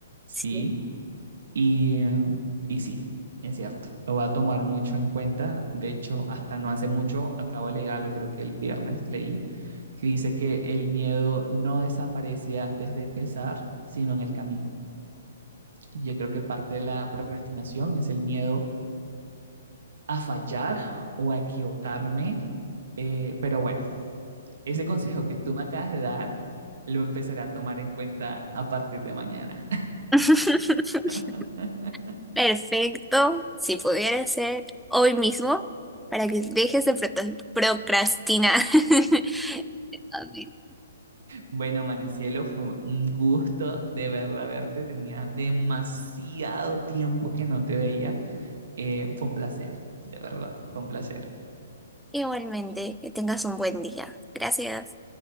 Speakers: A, on the right; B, in the centre.
A: Sí,
B: Sí.
A: Y, em, y sí, es cierto, lo va a tomar mucho en cuenta. De hecho, hasta no hace mucho, acabo de leer algo, creo que el viernes leí, que dice que el miedo no desaparece antes de empezar, sino en el camino. Y yo creo que parte de la procrastinación es el miedo a fallar o a equivocarme. Eh, pero bueno, ese consejo que tú me acabas de dar, lo empezaré a tomar en cuenta a partir de mañana.
B: <laughs>
A: <laughs>
B: Perfecto, si pudiera ser hoy mismo, para que dejes de proto- procrastinar. <laughs> Amén.
A: Bueno, Maricielo, fue un gusto de verdad verte. Tenía demasiado tiempo que no te veía. Eh, fue un placer, de verdad, fue un placer.
B: Igualmente, que tengas un buen día. Gracias.